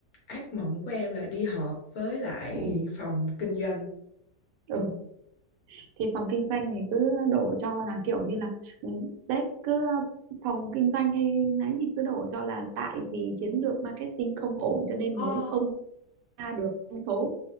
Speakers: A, on the left; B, on the right.
A: ác mộng của em là đi họp với lại
B: ừ,
A: phòng kinh doanh
B: ừ. thì phòng kinh doanh thì cứ đổ cho là kiểu như là ừ, đấy cứ phòng kinh doanh hay nấy thì cứ đổ cho là tại vì chiến lược marketing không ổn cho nên
A: Ờ,
B: mới không ra được doanh số